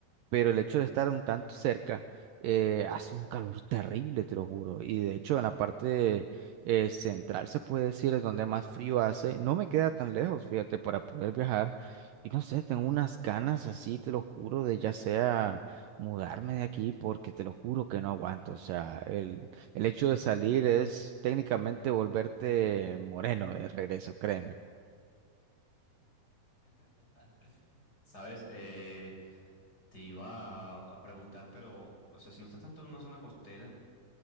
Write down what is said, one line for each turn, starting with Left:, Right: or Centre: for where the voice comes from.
Right: pero el hecho de estar un tanto cerca eh, hace un calor terrible, te lo juro. Y de hecho, en la parte eh, central se puede decir es donde más frío hace. No me queda tan lejos, fíjate, para poder viajar. Y no sé, tengo unas ganas así, te lo juro, de ya sea mudarme de aquí, porque te lo juro que no aguanto. O sea, el, el hecho de salir es técnicamente volverte moreno de regreso, créeme.
Left: <laughs> ¿Sabes? Eh, te iba a, a preguntar, pero, o sea, si no estás tanto en una zona costera,